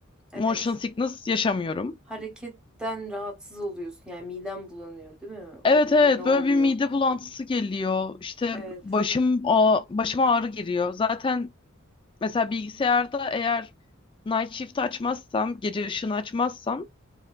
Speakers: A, in the centre; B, on the left.
A: Evet.
B: Motion sickness yaşamıyorum.
A: Hareketten rahatsız oluyorsun. Yani miden bulanıyor, değil mi? O
B: Evet
A: dediğin
B: evet
A: ne oluyor?
B: böyle bir mide bulantısı geliyor. İşte
A: Evet.
B: başım ağ- başıma ağrı giriyor. Zaten mesela bilgisayarda eğer night shift açmazsam, gece ışığını açmazsam